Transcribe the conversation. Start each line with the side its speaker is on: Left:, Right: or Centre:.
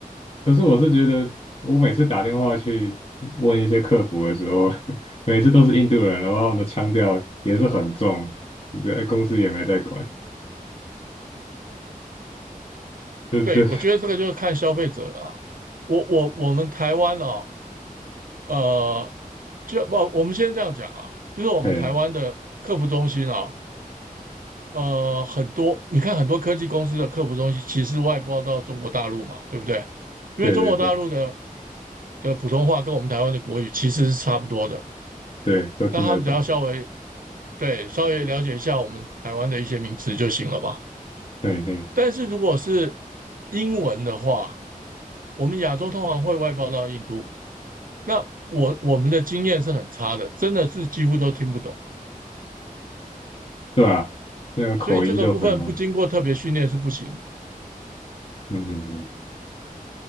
Left: 可是，我是觉得我每次打电话去问一些客服的时候，<laughs> 每次都是印度人，然后他们的腔调也是很重，对，公司也没在管，就就
Right: 对，我觉得这个就是看消费者了啊我我我们台湾哦，呃，就不，我们先这样讲啊，就是我们台湾的客服中心啊，
Left: 哎，
Right: 呃，很多你看很多科技公司的客服中心其实外包到中国大陆嘛，对不对？因为中国大陆的
Left: 对对对
Right: 的普通话跟我们台湾的国语其实是差不多的，
Left: 对，都听得懂，
Right: 那他们只要稍微对，稍微了解一下我们台湾的一些名词就行了吧。
Left: 对嘿，
Right: 但是如果是英文的话，我们亚洲通常会外包到印度，那我我们的经验是很差的，真的是几乎都听不懂，
Left: 对啊，那个口音就很嗯
Right: 所以这个部分不经过特别训练是不行。
Left: 嗯